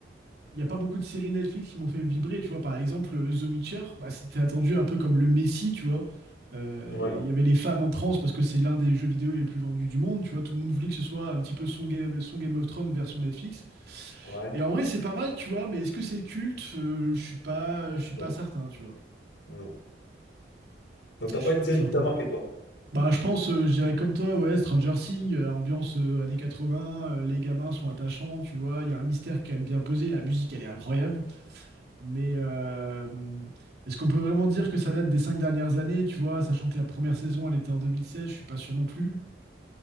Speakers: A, on the right (about 60°); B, on the left (about 85°).
A: il n'y a pas beaucoup de séries Netflix qui m'ont fait vibrer, tu vois. Par exemple, euh, The Witcher, bah, c'était attendu un peu comme le Messi, tu vois. Euh,
B: Ouais,
A: Il y avait les fans en transe parce que c'est l'un des jeux vidéo les plus vendus du monde, tu vois. Tout le monde voulait que ce soit un petit peu son Game, son Game of Thrones version Netflix.
B: ouais.
A: Et en vrai, c'est pas mal, tu vois, mais est-ce que c'est culte? Euh, je suis pas, je suis
B: Non.
A: pas certain, tu vois.
B: non. Donc, t'as
A: Je
B: pas
A: suis
B: une
A: pas
B: série
A: certain.
B: qui t'a marqué, toi?
A: Bah, je pense, euh, je dirais comme toi, ouais, Stranger Things, euh, ambiance euh, années 80, euh, les gamins sont attachants, tu vois, il y a un mystère qui est quand même bien posé, la musique, elle est incroyable. Mais euh, est-ce qu'on peut vraiment dire que ça date des cinq dernières années, tu vois, sachant que la première saison, elle était en 2016, je suis pas sûr non plus.